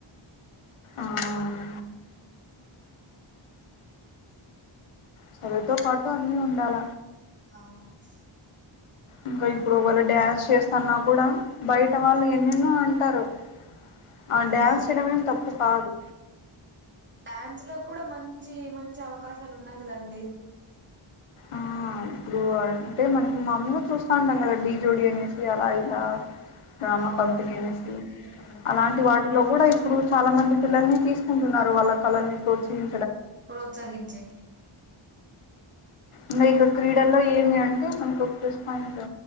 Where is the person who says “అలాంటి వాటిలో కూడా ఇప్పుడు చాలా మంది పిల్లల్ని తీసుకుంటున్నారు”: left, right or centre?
Left